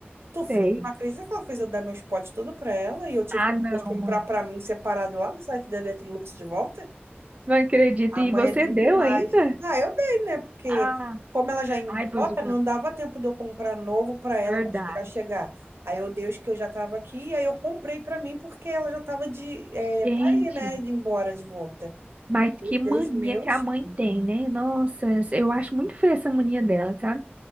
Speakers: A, on the right; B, on the right.
A: Tu fu-
B: sei.
A: tu acredita que ela fez eu dar meus potes tudo para ela e eu tive
B: Ah,
A: que depois
B: não,
A: comprar
B: mano.
A: para mim separado lá no site da Electrolux de volta?
B: Não acredito.
A: A
B: E
A: mãe
B: você
A: é demais.
B: deu ainda?
A: Ah, eu dei, né? Porque
B: Ah,
A: como ela já ia embora,
B: ai, pois é
A: não dava tempo de eu comprar novo para ela
B: verdade.
A: para esperar chegar. Aí eu dei os que eu já estava aqui, aí eu comprei para mim porque ela já estava de é,
B: Gente,
A: para ir, né? Embora de volta.
B: Mas que mania
A: Deus meus.
B: que a mãe tem, né? Nossa, eu acho muito feia essa mania dela, sabe?